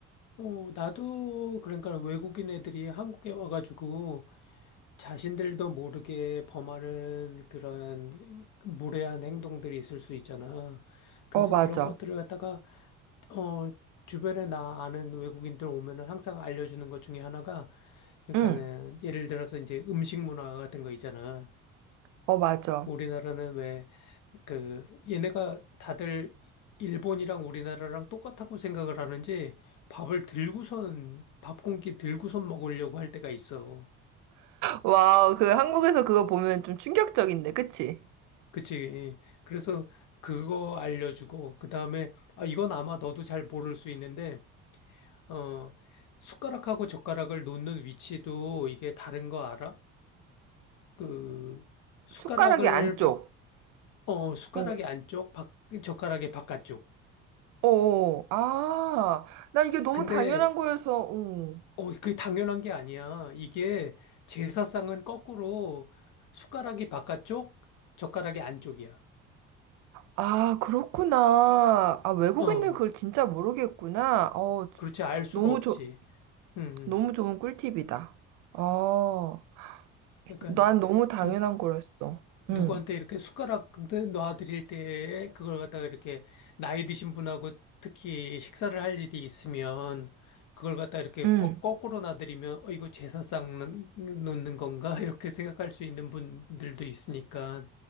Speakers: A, on the left (about 65°); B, on the right (about 75°).
A: 어, 나도 그러니까 외국인 애들이 한국에 와가지고 자신들도 모르게 범하는 그런 무례한 행동들이 있을 수 있잖아. 그래서
B: 어, 맞아.
A: 그런 것들을 갖다가 어, 주변에 나 아는 외국인들 오면은 항상 알려주는 것 중에 하나가 그러니까는
B: 응.
A: 예를 들어서 이제 음식 문화 같은 거 있잖아.
B: 어, 맞아.
A: 우리나라는 왜, 그, 얘네가 다들 일본이랑 우리나라랑 똑같다고 생각을 하는지 밥을 들고선, 밥 공기 들고선 먹으려고 할 때가 있어.
B: 와우, 그 한국에서 그거 보면 좀 충격적인데, 그치?
A: 그치. 그래서 그거 알려주고, 그 다음에, 아, 이건 아마 너도 잘 모를 수 있는데, 어, 숟가락하고 젓가락을 놓는 위치도 이게 다른 거 알아? 그, 숟가락을
B: 숟가락이 안쪽.
A: 밖, 어, 숟가락의
B: 어,
A: 안쪽, 밖, 젓가락의 바깥쪽.
B: 어, 어. 아, 나 이게 너무
A: 근데
B: 당연한 거여서, 어.
A: 어, 그게 당연한 게 아니야. 이게 제사상은 거꾸로 숟가락이 바깥쪽, 젓가락이 안쪽이야.
B: 아, 그렇구나. 아, 외국인들
A: 어,
B: 그걸 진짜 모르겠구나. 어,
A: 그렇지. 알 수가
B: 너무
A: 없지.
B: 좋,
A: 음, 음.
B: 너무 좋은 꿀팁이다. 어,
A: 그러니까
B: 난 너무 당연한
A: 누,
B: 거였어.
A: 누구한테
B: 응,
A: 이렇게 숟가락 놔드릴 때에 그걸 갖다가 이렇게 나이 드신 분하고 특히 식사를 할 일이 있으면 그걸 갖다 이렇게
B: 응,
A: 벅- 거꾸로 놔드리면 어, 이거 제사상 놓- 놓는 건가? <laughs> 이렇게 생각할 수 있는 분들도 있으니까